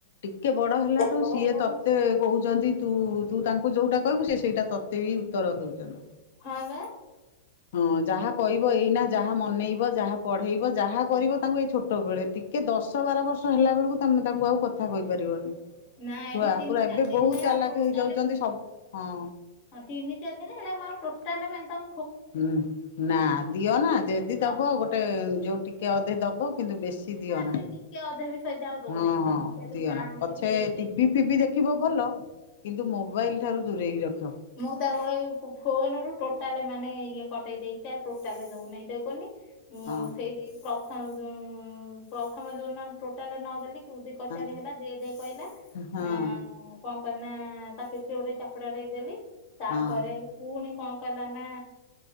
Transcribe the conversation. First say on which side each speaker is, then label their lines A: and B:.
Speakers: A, on the left (about 70°); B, on the left (about 45°).
A: ଟିକେ ବଡ ହେଲାଠୁ
B: ବଡ
A: ସିଏ
B: ହେଲାଠୁ
A: ତତେ କହୁଛନ୍ତି ତୁ ତୁ ତାଙ୍କୁ ଯୋଉଟା କହିବୁ ସେ ସେଇଟା ତତେ ବି ଉତ୍ତର ଦଉଛନ୍ତି।
B: ହଁ ବା।
A: ହଁ ଯାହା କହିବ ଏଇନା ଯାହା ମନେଇବ ଯାହା ପଢେଇବ ଯାହା କରିବ। ତାଙ୍କୁ ଏଇ ଛୋଟ ବେଳେ ଟିକେ ଦଶ ବାର ବର୍ଷ ହେଲା ବେଳକୁ ତମେ ତାଙ୍କୁ ଆଉ କଥା କହିପାରିବନି।
B: ନା ଏଠି
A: ଛୁଆ
B: ତିନି
A: ପୁରା
B: ଚାରି
A: ଏବେ
B: ଦିନ
A: ବହୁତ
B: ହେଲା
A: ଚାଲାକ
B: ଆଉ ଟୋଟାଲ
A: ହେଇଯାଉଛନ୍ତି
B: ମୁଁ
A: ସବୁ ହଁ।
B: ହଁ ତିନି ଚାରି ଦିନ ହେଲା ଆ ପ୍ରୋଟା ହେଲା ମନ୍ତା
A: ହୁଁ ନା ଦିଅ ନା ଯଦି
B: ହଁ
A: ଦବ ଗୋଟେ ଯୋଉ ଟିକେ ଅଧେ ଦବ। କିନ୍ତୁ ବେଶୀ ଦିଅ ନା
B: ସେ ଟିକେ ଅଧେ ବି ସହିତ ଆଉ ଦଉନାହିଁ
A: ହଁ
B: ତ
A: ହଁ
B: ମୁଁ କହିଲି
A: ଦିଅ ନା
B: ମୁଁ
A: ପଛେ
B: କହିଲି ଏଇଠି
A: ଟିଭି ଟିଭି ଦେଖିବ ଭଲ କିନ୍ତୁ ମୋବାଇଲ ଠାରୁ ଦୂରେଇକି ରଖ।
B: ମୁଁ ତାକୁ ଫୋନ ରୁ ଟୋଟାଲ ମାନେ ଇଏ କଟେଇ ଦେଇେଇଛି ଆଉ ଟୋଟାଲ ଦଉନାହିଁ ତ କହୁନି। ଉଁ
A: ହଁ
B: ସେଇଠି ପ୍ରଥମ ପ୍ରଥମ ଯୋଉନା ଟୋଟାଲ ନ ଗଲି। ସୁଦି କଚାଡି
A: ହଁ।
B: ହେଲା ଦେଇ ଦେଇ କହିଲା।
A: ହଁ
B: ଆ କଣ କଲିନା ତା ପିଠରେ ଗୋଟେ ଚାପୁଡା ଦେଇ ଦେଲି ତାପରେ
A: ହଁ
B: ପୁଣି କଣ କଲା ନା